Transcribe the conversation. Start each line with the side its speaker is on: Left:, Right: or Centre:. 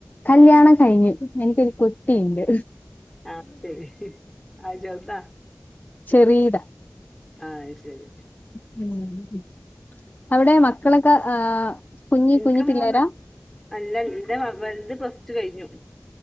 Left: കല്യാണം കഴിഞ്. എനിക്കൊരു കുട്ടീണ്ട്
Centre: ആഅത് ശരി ഹ് ഹ് ആ <unintelligible>
Left: ചെറീത
Centre: ആ ആഹ് ശരി
Left: <unintelligible> അവിടെ മക്കളൊക്കെ ആ കുഞ്ഞി
Centre: എനിക്ക്
Left: കുഞ്ഞി പിള്ളേരാ
Centre: മൂന്ന് അല്ല എന്റെ മ വൽത് പ്ലസ് റ്റു കഴിഞ്ഞു